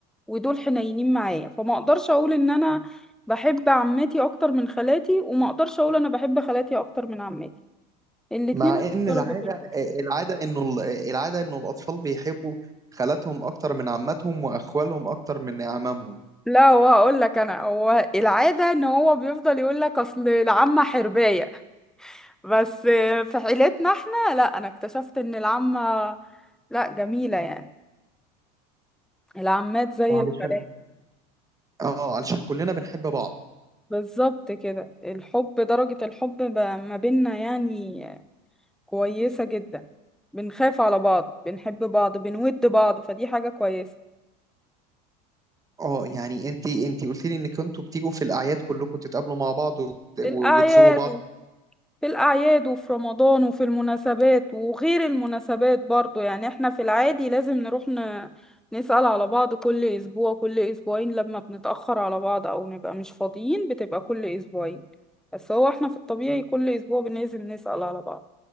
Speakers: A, in the centre; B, on the right.
A: ودول حنينين معايا فما اقدرش اقول ان انا بحب عمتي اكتر من خالاتي وما اقدرش اقول انا بحب خالاتي اكتر من عمتي الاتنين
B: مع
A: نفس
B: ان
A: درجة
B: العاده
A: الحب
B: <laughs> العاده انه ال- العاده انه الاطفال بيحبوا خالاتهم اكتر من عماتهم واخوالهم اكتر من اعمامهم
A: لا هو اقول لك انا هو العادة ان هو بيفضل يقول لك اصل العمة حرباية بس في عيلتنا احنا لا انا اكتشفت ان العمة لا جميلة يعني العمات زي
B: علشان
A: الخالات
B: اه علشان كلنا بنحب بعض
A: بالظبط كده الحب درجة الحب ب- ما بيننا يعني كويسة جدا بنخاف على بعض بنحب بعض بنود بعض فدي حاجة كويسة
B: اه يعني انت انت قلت لي انك انتوا بتيجوا في الاعياد كلكم تتقابلوا مع بعض وبت-
A: في
B: وبتزوروا
A: الأعياد
B: بعض
A: في الأعياد وفي رمضان وفي المناسبات وغير المناسبات برضو يعني احنا في العادي لازم نروح ن... نسأل على بعض كل أسبوع كل أسبوعين لما بنتأخر على بعض أو نبقى مش فاضيين بتبقى كل أسبوعين بس هو احنا في الطبيعي كل أسبوع لازم نسأل على بعض